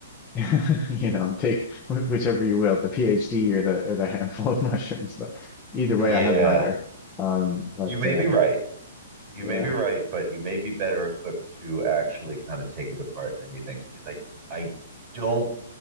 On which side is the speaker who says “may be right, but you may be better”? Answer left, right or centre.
Right